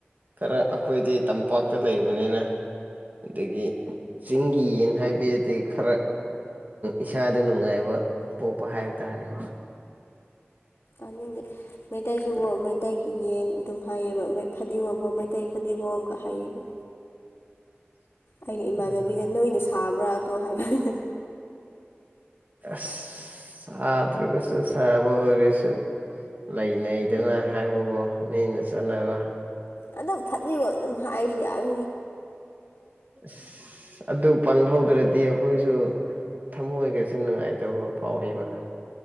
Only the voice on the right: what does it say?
ꯈꯔ ꯑꯩꯈꯣꯏꯗꯤ ꯇꯝꯄꯥꯛꯇ ꯂꯩꯕꯅꯤꯅ ꯑꯗꯒꯤ ꯆꯤꯡꯒꯤ ꯌꯦꯟ ꯍꯥꯏꯕꯗꯒꯤ ꯈꯔ ꯏꯁꯥꯗ ꯅꯨꯡꯉꯥꯏꯕ ꯄꯣꯛꯄ ꯍꯥꯏꯕ ꯇꯥꯔꯦꯀꯣ
<unintelligible>
ꯎꯝ
ꯑꯁ ꯁꯗꯔꯔꯒꯥꯁꯨ ꯁꯥꯕ ꯑꯣꯏꯔꯥꯁꯨ ꯂꯩ ꯂꯩꯩꯗꯅ ꯍꯥꯏꯕꯕꯨ ꯃꯤꯅ ꯆꯠꯅꯕ
ꯑꯁ ꯑꯗꯨ ꯄꯜꯍꯧꯗ꯭ꯔꯗꯤ ꯑꯩꯈꯣꯏꯁꯨ ꯊꯃꯣꯏꯒꯁ ꯅꯨꯡꯉꯥꯏꯇꯕ ꯐꯥꯎꯏꯕ